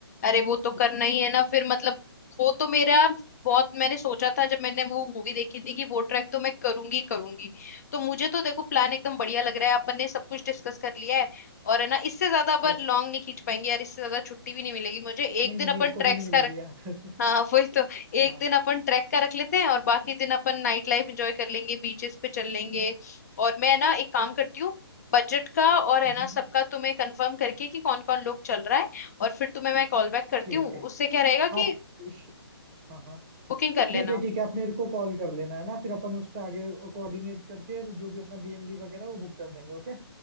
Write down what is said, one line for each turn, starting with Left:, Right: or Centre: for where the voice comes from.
Left: अरे वो तो करना ही है ना फिर मतलब वो तो मेरा बहुत मैंने सोचा था जब मैंने वो मूवी देखी थी कि वो ट्रैक तो मैं करूंगी करूंगी तो मुझे तो देखो प्लान एकदम बढ़िया लग रहा है अपन ने सब कुछ डिस्कस कर लिया है और है ना इससे ज्यादा अपन
Right: हो
Left: लॉन्ग नहीं खींच पाएंगे यार इससे ज्यादा छुट्टी भी नहीं मिलेगी मुझे एक
Right: नहीं
Left: दिन
Right: नहीं मेरे
Left: अपन
Right: को भी
Left: ट्रैक्स
Right: नहीं मिलेगी
Left: का
Right: यार
Left: हाँ वही तो एक
Right: <laughs> हाँ
Left: दिन अपन ट्रैक का रख लेते हैं और बाकी दिन अपन नाइट लाइफ एंजॉय कर लेंगे बीचेस पे चल लेंगे
Right: हम्म,
Left: और मैं ना एक काम करती हूँ बजट का और है
Right: हम्म,
Left: ना सबका तुम्हें कंफर्म करके कि कौन कौन लोग चल रहा है और फिर तुम्हें मैं कॉल बैक करती
Right: ठीक
Left: हूँ
Right: है
Left: उससे क्या रहेगा
Right: आप
Left: कि
Right: श- हाँ हाँ
Left: बुकिंग कर लेना
Right: ठीक है ठीक है आप मेरे को कॉल कर लेना है ना फिर अपन उस पर आगे कोऑर्डिनेट करके जो भी अपना बीएनबी वगैरह वो बुक कर देंगे ओके